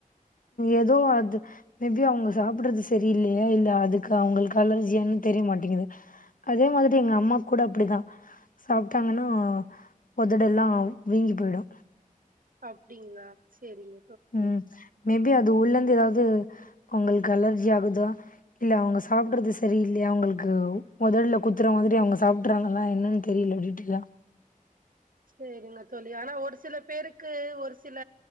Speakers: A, on the left; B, on the right.
A: ஏதோ அது மேபி அவங்க சாப்பிடுறது சரியில்லையா இல்ல அதுக்கு அவங்ளுக்கு அலர்ஜியானு தெரியமாட்டேங்குது அதே மாதிரி எங்கம்மாக் கூட அப்டிதா சாப்ட்டாங்கனா ஒதடெல்லா வீங்கி போயிடு
B: அப்டிங்களா சேரிங்
A: உம் மேபி அது உள்ளந்து ஏதாவது அவங்ளுக்கு அலர்ஜி ஆகுதா இல்ல அவங்க சாப்படுறது சரில்லையா அவுங்ளுக்கு உதல்ல குத்துற மாதிரி அவங்க சாப்பிடறாங்கல்லா என்னன்னு தெரியில <unintelligible>
B: சரிங்க தோழி ஆனா ஒரு சில பேருக்கு ஒரு சில